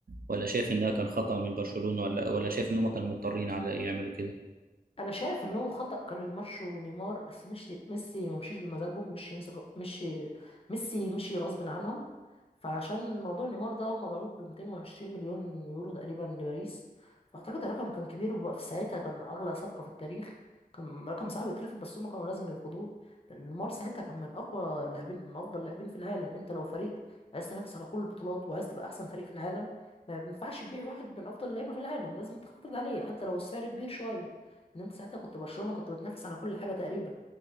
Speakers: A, on the right (about 70°); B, on the left (about 40°).
A: ولا شايف انها كان خطأ من برشلونة ولا ولا شايف ان هما كانوا مضطرين على يعملوا كده
B: انا شايف ان هو خطأ كانوا يمشوا نيمار بس مشي ميسي ما مشيش بمزاجهم مشي ميسي غ- مشي ميسي مشي غصب عنهم فعشان موضوع نيمار ده هم باعوه ب 220 مليون يورو تقريبا لباريس فاعتقد الرقم كان كبير وفي ساعتها كان اغلى صفقة في التاريخ كان رقم صعب يترفض بس هم كانوا لازم يرفضوه لان نيمار ساعتها كان من اقوى اللاعبين من افضل اللاعبين في العالم انت لو فريق عايز تنافس على كل البطولات وعايز تبقى احسن فريق في العالم ما ينفعش تبيع واحد من افضل اللعيبه في العالم لازم تحافظ عليه حتى لو السعر كبير شويه ان انت ساعتها كنت برشلونه كنت بتنافس على كل حاجه تقريبا